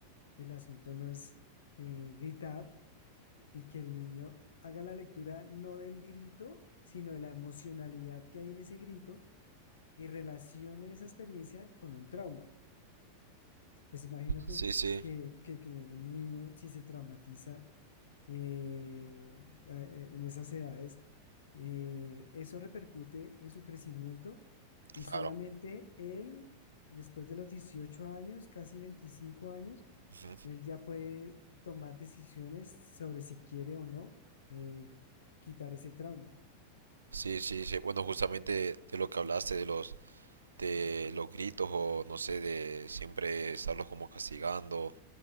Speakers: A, on the left; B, on the right.
A: El asunto no es eh, gritar y que el niño haga la lectura no del grito, sino de la emocionalidad que hay en ese grito y relacione esa experiencia con un trauma. Pues imagínate
B: sí, sí. sí,
A: que, que, que un niño, si se traumatiza eh, a- a- en esas edades, eh, eso repercute en su crecimiento y
B: Claro.
A: solamente él, después de los 18 años, casi 25 años,
B: Ujú.
A: él ya puede tomar decisiones sobre si quiere o no eh, quitar ese trauma.
B: Sí, sí, sí. Bueno, justamente de lo que hablaste, de los, de los gritos o no sé, de siempre estarlos como castigando